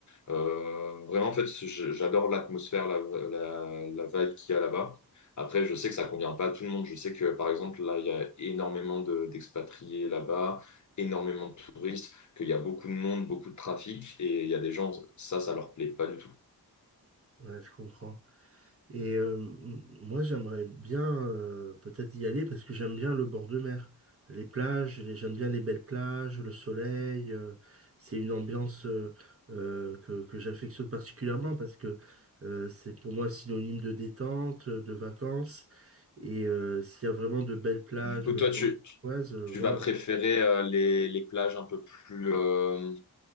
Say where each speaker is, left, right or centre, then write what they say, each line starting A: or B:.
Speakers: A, on the left; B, on the right.
A: euh, vraiment, en fait, je- j'adore l'atmosphère, la, la, la vibe qu'il y a là-bas. Après, je sais que ça convient pas à tout le monde. Je sais que, par exemple, là, il y a énormément de, d'expatriés là-bas, énormément de touristes, qu'il y a beaucoup de monde, beaucoup de trafic, et il y a des gens, ça, ça leur plaît pas du tout.
B: Ouais, je comprends. Et euh, m- moi, j'aimerais bien euh, peut-être y aller parce que j'aime bien le bord de mer. Les plages, les- j'aime bien les belles plages, le soleil. euh, c'est une ambiance euh, euh, que, que j'affectionne particulièrement parce que euh, c'est pour moi synonyme de détente, euh, de vacances. Et euh, s'il y a vraiment de belles plages,
A: Et du coup,
B: euh,
A: toi, tu,
B: comme euh,
A: tu
B: waouh,
A: vas préférer euh, les, les plages un peu plus, euh,